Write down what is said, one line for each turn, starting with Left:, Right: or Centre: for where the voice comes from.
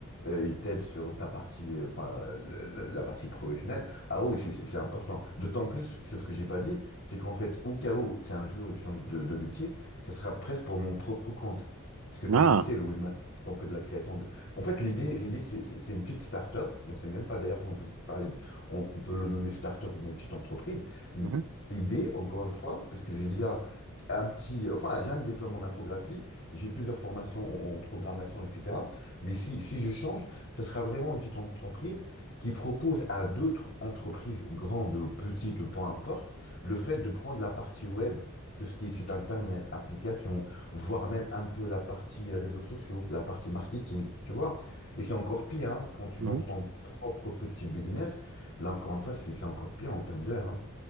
Left: euh, il t'aide sur ta partie, euh, enfin, le- le- la partie professionnelle. Ah oui, c'est c'est- c'est important. D'autant plus, sur ce que j'ai pas dit, c'est qu'en fait, au cas où, c'est un jour, je change de, de métier, ça sera presque pour mon propre compte. Parce que comme
Right: Ah,
Left: tu le sais, le webmaster, on fait de la création de... En fait, l'idée, l'idée, c'est c'est- c'est une petite start-up. J'en sais même pas d'ailleurs si on peut parler, de- on peut le nommer start-up ou bien une petite entreprise.
Right: mhm,
Left: L'idée, encore une fois, parce que j'ai déjà un petit, enfin, j'ai un diplôme en infographie, j'ai plusieurs formations en, en programmation, etc. Mais si, si je change, ça sera vraiment une petite entreprise qui propose à d'autres entreprises, grandes ou petites, peu importe, le fait de prendre la partie web, tout ce qui est site internet, application, voire même un peu la partie euh, réseaux sociaux, la partie marketing, tu vois. Et c'est encore pire, hein, quand tu
Right: mhm,
Left: lances ton propre petit business. Là, encore une fois, c'est c'est encore pire en termes d'heures.